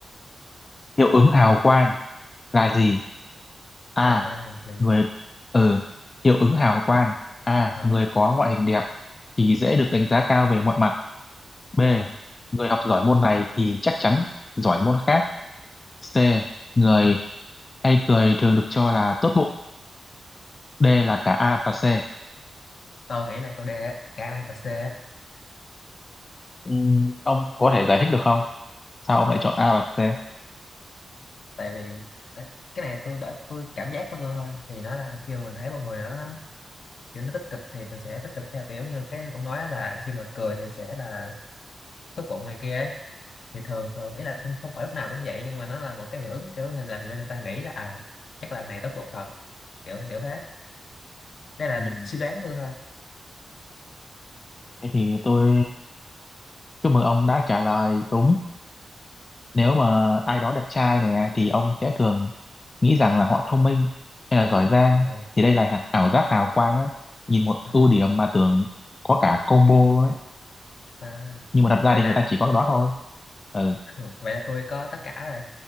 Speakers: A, on the left (about 35°); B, on the left (about 65°).
A: Hiệu ứng hào quang. là gì a
B: hào quang là gì
A: người ờ hiệu ứng hào quang a
B: Ờ,
A: người có ngoại hình đẹp thì dễ được đánh giá cao về mọi mặt b
B: ờ.
A: người học giỏi môn này thì chắc chắn giỏi môn khác c người hay cười thường được cho là tốt bụng d
B: <laughs>
A: là cả a và c
B: tôi nghĩ là câu D á, K và C á.
A: Ừm, ông có thể giải thích được không sao ông lại chọn a và c
B: tại vì đấy, cái này tôi đã tôi cảm giác của tôi thôi thì nó là khi mà mình thấy một người nó kiểu nó tích cực thì mình sẽ tích cực theo kiểu như cái ông nói là khi mà cười thì sẽ là tốt bụng này kia ấy thì thường thường ý là không không phải lúc nào cũng vậy nhưng mà nó là một cái hiệu ứng kiểu mình làm cho người ta nghĩ là à chắc là này tốt bụng thật kiểu kiểu thế đây
A: Ừm,
B: là suy đoán của tôi thôi
A: thế thì tôi chúc mừng ông đã trả lời đúng nếu mà ai đó đẹp trai nè thì ông sẽ thường nghĩ rằng là họ thông minh hay là giỏi giang
B: Ừ,
A: thì đây là hả- ảo giác hào quang á nhìn một
B: ừ,
A: ưu
B: ừ.
A: điểm mà tưởng có cả combo luôn ấy
B: à,
A: nhưng mà thật ra
B: vậy
A: thì
B: là
A: người ta chỉ có cái đó thôi ừ
B: <laughs> vậy là tôi có tất cả rồi